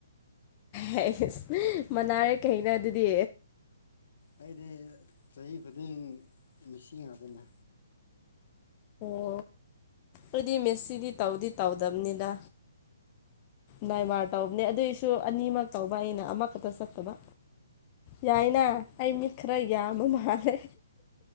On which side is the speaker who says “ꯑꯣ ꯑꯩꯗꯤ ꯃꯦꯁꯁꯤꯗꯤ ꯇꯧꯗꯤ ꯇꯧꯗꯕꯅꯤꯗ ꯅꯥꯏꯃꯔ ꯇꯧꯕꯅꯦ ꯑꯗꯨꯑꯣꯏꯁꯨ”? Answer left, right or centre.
Left